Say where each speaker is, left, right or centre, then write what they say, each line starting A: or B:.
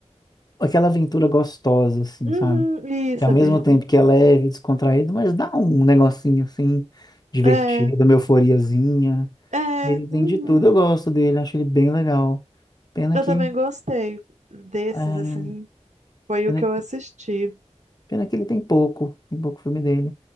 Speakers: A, on the left; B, on the right.
A: aquela aventura gostosa, assim,
B: Uhum,
A: sabe?
B: isso,
A: Que ao mesmo
B: é bem, é
A: tempo
B: bem.
A: que é leve, descontraído, mas dá um negocinho assim, divertido,
B: É,
A: uma euforiazinha.
B: é,
A: Ele tem
B: uhum.
A: de tudo, eu gosto dele, acho ele bem legal. Pena
B: Eu
A: que,
B: também gostei desses,
A: é,
B: assim, foi
A: pena,
B: o que eu assisti.
A: pena que ele tem pouco, tem pouco filme dele,